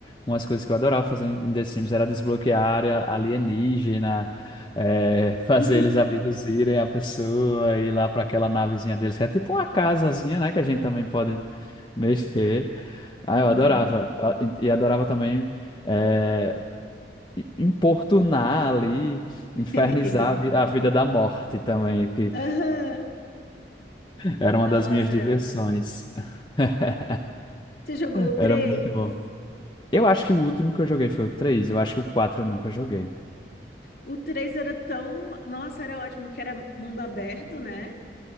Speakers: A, on the left (about 25°); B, on the left (about 55°).
A: umas coisas que eu adorava fazer em The Sims era desbloquear a área alienígena, é, <laughs> fazer
B: uhum,
A: eles abduzirem a pessoa, ir lá para aquela navezinha deles, que é tipo uma casazinha, né? Que a gente também pode mexer. Ah,
B: uhum.
A: eu adorava. Ah, E e adorava também. é, importunar ali, infernizar
B: <laughs>
A: a vi- a vida da morte também, que
B: Aham.
A: era
B: Nossa,
A: uma das minhas diversões.
B: era ótimo.
A: <laughs>
B: Você jogou o
A: Era
B: três
A: muito bom. Eu acho que o último que eu joguei foi o três eu acho que o 4 eu nunca joguei.
B: O três era tão. Nossa, era ótimo, porque era mundo aberto, né?